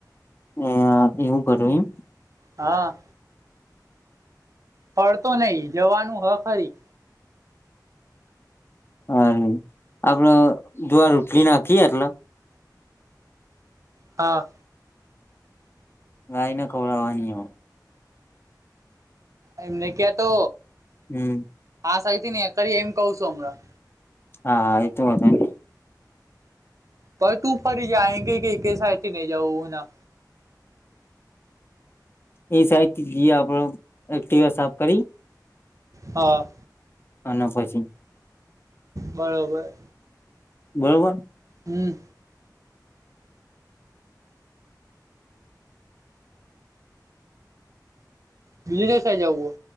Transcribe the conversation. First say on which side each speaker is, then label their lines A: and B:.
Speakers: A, on the left; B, on the right.
A: નેઆ એવું કરું એમ.
B: હા. ફડતો નહી જવાનું હ ખરી
A: અરે આપડો જુવાર રોટલી નાખીએ એટલે
B: હા.
A: ગાયને ખવડાવવાની હો
B: એમને ક્યા તો
A: હમ્મ
B: આ સાઈડ થી કરી એમ કહ છું હમણાં.
A: હા એ તો વાત <unintelligible>
B: પર તું ફરી જાયગે કે કે એ સાયડ થી નહી જાઉ ના
A: એ સાઈડ થી જએ આપડો. એક્ટીવા સાફ કરી?
B: હા.
A: અને પછી
B: બરાબર.
A: બરોબર.
B: હમ્મ બીજે દસાઈ જવું